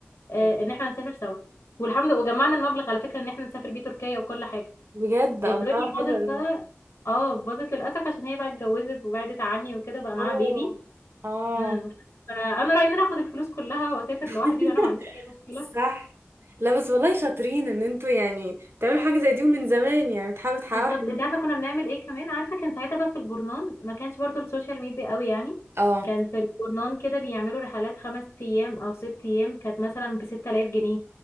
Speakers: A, on the left; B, on the right.
A: آه،
B: تمام.
A: ان احنا نسافر سوا والحمد لله وجمعنا المبلغ على فكره ان احنا نسافر بيه تركيا وكل حاجه
B: بجد
A: الدنيا
B: الله حلو
A: باظت
B: أوي.
A: بقى اه باظت للاسف عشان هي بقى اتجوزت وبعدت عني وكده بقى معاها
B: اوه
A: بيبي
B: اه
A: امم فانا رايي ان انا اخد الفلوس كلها واسافر
B: <laughs>
A: لوحدي وانا ما عنديش اي مشكله
B: صح لا بس والله شاطرين ان انتوا يعني تعملوا حاجة زي دي ومن زمان يعني بتحاولوا تحققوا
A: بالظبط
B: حلمكم
A: انت عارفه كنا بنعمل ايه كمان عارفه كان ساعتها بقى في الجورنان ما كانش برضو السوشيال ميديا قوي يعني
B: اه
A: كان في الجورنان كده بيعملوا رحلات خمس ايام او ست ايام كانت مثلا ب 6000 جنيه